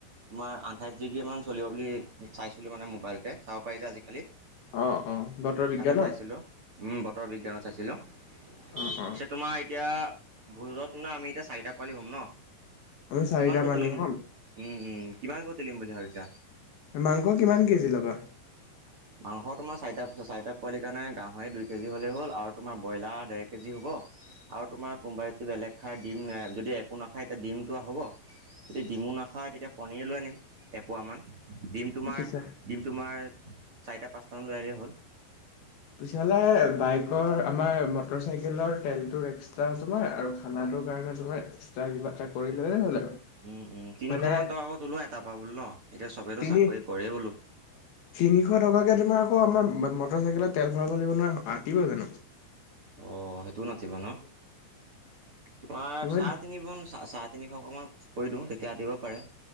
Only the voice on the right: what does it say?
তোমাৰ আঠাইছ ডিগ্ৰী মান চলিব বুলি চাইছিলোঁ মানে মোবাইলতে চাব পাৰি যে আজিকালি
তাতে চাইছিলো। উম বতৰ বিজ্ঞানত চাইছিলো পিছে
তোমাৰ এতিয়া ভোজত মানে আমি এতিয়া চাৰিটা পোৱালি হ'ম ন
কিমান কৈ
তুলিম
উম উম কিমান কৈ তুলিম বুলি ভাবিছা
মাংস তোমাৰ চাৰিটা চাৰিটা পোৱালিৰ কাৰণে গাঁহৰি দুই কেজি হ'ল আৰু ব্ৰইলাৰ ডেৰ কেজি হ'ব আৰু তোমাৰ কোনোবা এদিন বেলেগ খাই দিম যদি একো নাখায় এতিয়া দিমটো হ'ব যদি ডিমু নাখায় তেতিয়া পনীৰ লৈ আনিম এপোৱা মান ডিম তোমাৰ
ডিম তোমাৰ চাৰিটা পাঁচটামান লৈ আনিলেই হ'ল।
উম উম তিনিশ
মান টকাকে তোলো এটাৰ পৰা বোলো ন। এতিয়া চবেতো
চাকৰি কৰে বোলো।
আহ সেইটোও নাটিব ন? তোমাৰ
চাৰে তিন ম চাৰে তিনিশ অকমান কৰি দিওঁ তেতিয়া আটিব পাৰে।